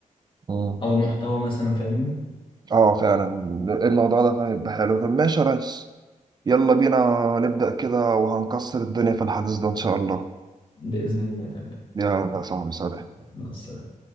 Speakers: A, on the right; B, on the left.
A: مم.
B: او المحتوى مثلا فاهمني
A: اه فعلا الموضوع ده فعلا يبقى حلو طب ماشي يا ريس يلا بينا نبدأ كده وهنكسر الدنيا في الحديث ده ان شاء الله
B: بإذن الله تعالى
A: يا صاحبي سلام
B: مع السلامة